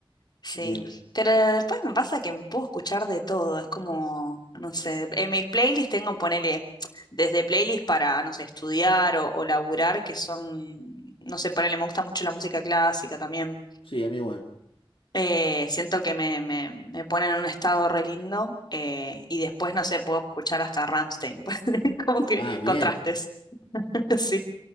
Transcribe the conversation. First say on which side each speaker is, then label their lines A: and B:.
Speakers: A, on the left (about 50°); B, on the left (about 70°).
A: Sí,
B: Bien,
A: pero después me pasa que me puedo escuchar de todo, es como, no sé, en mis playlists tengo, ponele, desde playlists para, no sé, estudiar o, o laburar, que son, no sé, ponele, me gusta mucho la música clásica también.
B: sí, a mí igual.
A: Eh, siento que me, me, me ponen en un estado re lindo eh, y después, no sé, puedo escuchar hasta Rammstein, <laughs> como que
B: Ah, bien,
A: contrastes. <laughs> Sí,